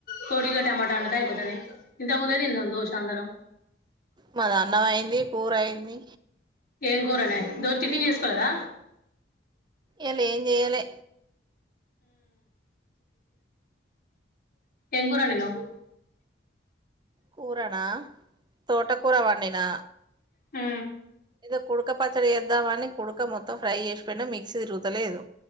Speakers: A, on the left; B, on the right.
A: తోడిగా టమాటా, వండితే అయిపోతది ఇంత ముందే తిన్నాం దోష అందరం.
B: మాది అన్నం అయింది కూర అయింది
A: ఏం కూరనే ఈ రోజు టిఫిన్ చేసుకోలేదా
B: రాల ఏం చేయాలి
A: ఏం కూర వండినావ్
B: కూరనా తోటకూర వండినా
A: హ
B: ఏదో కొడుక పాచ్చడి ఎద్దావా కొడుక మొత్తం ఫ్రై చేసిపోయినా మిక్సీ తిరుగుతలేదు